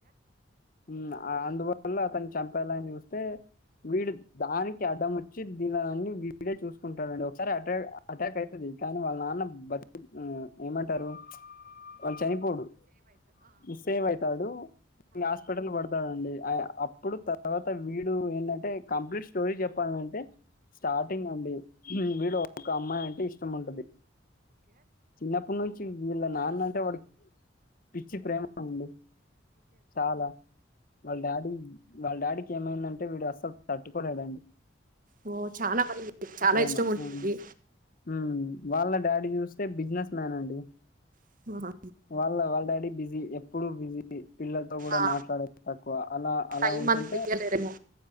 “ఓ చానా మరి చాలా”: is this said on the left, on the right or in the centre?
Right